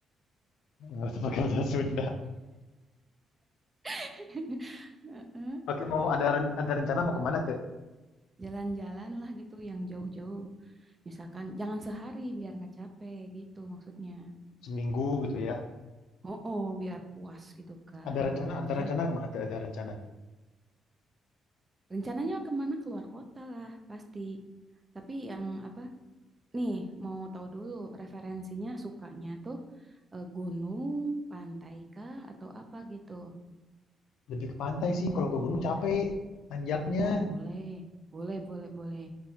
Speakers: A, on the left; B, on the right.
A: Nggak usah pakai bahasa Sunda.
B: <laughs> Heeh.
A: Oke, mau ada ren- ada rencana mau kemana tuh?
B: Jalan-jalan lah gitu yang jauh-jauh. Misalkan jangan sehari biar nggak capek gitu maksudnya.
A: Seminggu gitu ya.
B: Oh, oh, biar puas gitu kan
A: Ada
B: liburannya.
A: rencana ada rencana kemana tuh? Ada rencana tuh.
B: Rencananya kemana? Keluar kota lah pasti. Tapi yang apa Nih, mau tahu dulu referensinya sukanya tuh eh, gunung, pantai kah, atau apa gitu?
A: Lebih ke pantai sih. Kalau ke gunung capek nanjaknya.
B: Oh, boleh. Boleh, boleh, boleh.